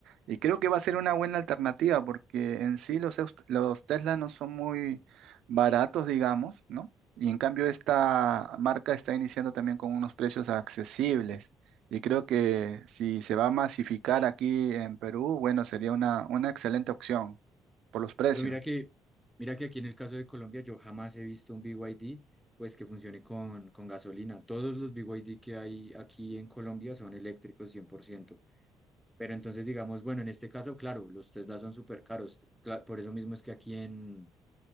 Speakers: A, on the right (about 80°); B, in the centre.
A: Y creo que va a ser una buena alternativa porque en sí los, eus- los Tesla no son muy baratos, digamos, ¿no? Y en cambio esta marca está iniciando también con unos precios accesibles. Y creo que si se va a masificar aquí en Perú, bueno, sería una, una excelente opción por los precios.
B: Pero mira que, mira que aquí en el caso de Colombia yo jamás he visto un Big Y D pues que funcione con, con gasolina, todos los Big Y D que hay aquí en Colombia son eléctricos 100%. pero entonces digamos, bueno, en este caso, claro, los Tesla son súper caros, cla- por eso mismo es que aquí en,